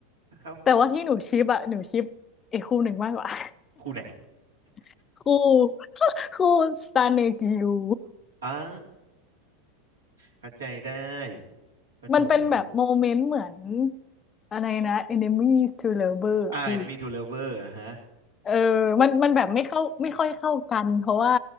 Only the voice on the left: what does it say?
แต่ว่าที่หนูชิปอะหนูชิปไอ้คู่หนึ่งมากกว่า
<laughs> คู่ <laughs> คู่ซาเนกิยู
มันเป็นแบบโมเมนต์เหมือนอะไรนะ enemies to lover
อ่ะพี่
เออมันมันแบบไม่เข้าไม่ค่อยเข้ากันเพราะว่า